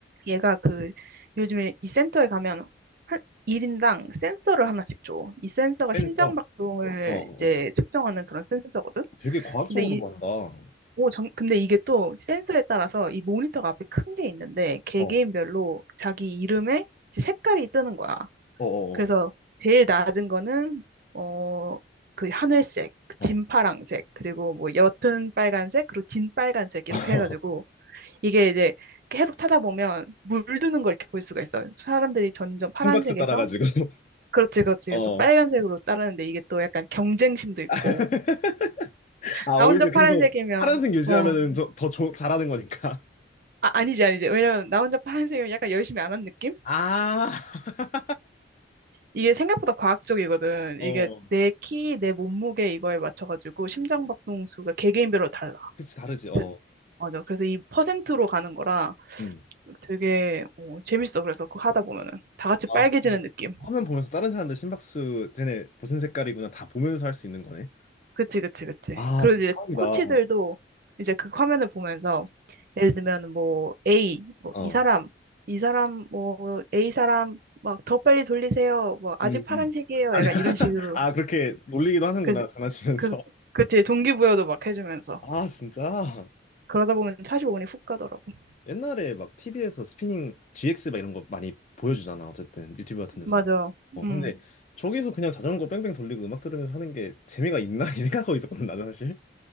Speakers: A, on the right; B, on the left.
A: 얘가 그 요즘에 이 센터에 가면 한 1인당 센서를 하나씩 줘. 이 센서가
B: 댄서.
A: 심장 박동을
B: 어어 어,
A: 이제
B: 어. 어.
A: 측정하는 그런 센서거든.
B: 되게 과학적으로
A: 근데 이
B: 만다. 어,
A: 오, 정, 근데 이게 또 센서에 따라서 이 모니터가 앞에 큰 게 있는데 개개인별로
B: 어,
A: 자기 이름에 이제 색깔이 뜨는 거야.
B: 어,
A: 그래서
B: 어,
A: 제일 낮은 거는 어, 그 하늘색,
B: 어,
A: 진파랑색, 그리고 뭐 옅은 빨간색, 그리고 진빨간색
B: 어.
A: 이렇게 해가지고 이게 이제 계속 타다 보면 물드는 걸 이렇게 볼 수가 있어. 요 사람들이 점점 파란색에서
B: 심박수 따라가지고. <laughs>
A: 그렇지, 그렇지.
B: 어.
A: 그래서 빨간색으로 따르는데 이게 또 약간 경쟁심도 있고
B: <laughs> 아,
A: 나
B: 오히려
A: 혼자 파란색이면
B: 계속 파란색 유지하면은
A: 어.
B: 저, 더 조, 잘하는 거니까.
A: 아, 아니지, 아니지. 왜냐면 나 혼자 파란색이면 약간 열심히 안 한 느낌?
B: 아, <laughs>
A: 이게 생각보다 과학적이거든.
B: 어.
A: 이게 내 키, 내 몸무게 이거에 맞춰가지고 심장박동수가 개개인별로 달라.
B: 그치, 다르지, 어.
A: 그- 맞아. 그래서 이 퍼센트로 가는 거라
B: 음.
A: 되게 어, 재밌어. 그래서 그거 하다 보면은 다 같이 빨개지는
B: 아, 그러면
A: 느낌.
B: 화면 보면서 다른 사람들 심박수, 쟤네 무슨 색깔이구나 다 보면서 할 수 있는 거네.
A: 그치, 그치, 그치.
B: 아,
A: 그리고
B: 대박이다.
A: 이제 코치들도 이제 그 화면을 보면서 예를 들면 뭐 A, 뭐
B: 어.
A: 이 사람, 이 사람, 뭐 A 사람 막 더 빨리 돌리세요. 뭐 아직
B: 음,
A: 파란색이에요.
B: 음. 아니,
A: 약간
B: <laughs>
A: 이런 식으로
B: 아, 그렇게 놀리기도 하는구나,
A: 그,
B: 장난치면서.
A: 그, 그치, 동기부여도 막 해주면서.
B: 아, 진짜?
A: 그러다 보면 45분이 훅 가더라고.
B: 옛날에 막 TV에서 스피닝 GX 막 이런 거 많이 보여주잖아. 어쨌든 유튜브 같은 데서나.
A: 맞아.
B: 어,
A: 음,
B: 근데 저기서 그냥 자전거 뺑뺑 돌리고 음악 들으면서 하는 게 재미가 있나? <laughs> 이 생각하고 있었거든, 나는 사실.